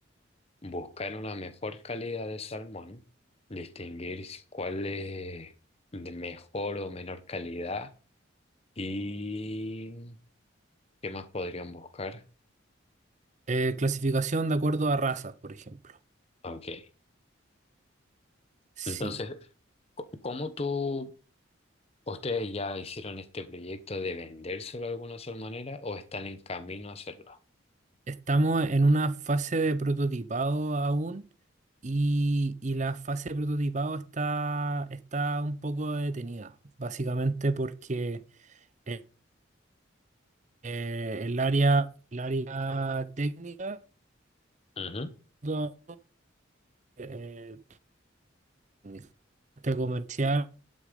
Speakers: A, on the left; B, on the right.
A: buscar una mejor calidad de salmón, distinguir si- cuál es de mejor o menor calidad y qué más podrían buscar.
B: Eh, clasificación de acuerdo a razas, por ejemplo.
A: Ok.
B: Sí,
A: Entonces, co- ¿cómo tú, ustedes ya hicieron este proyecto de vendérselo a alguna salmonera o están en camino a hacerlo?
B: estamos en una fase de prototipado aún y, y la fase de prototipado está, está un poco detenida, básicamente porque eh, eh, el área, el área técnica,
A: Ujú,
B: todo, eh, técnica, este comercial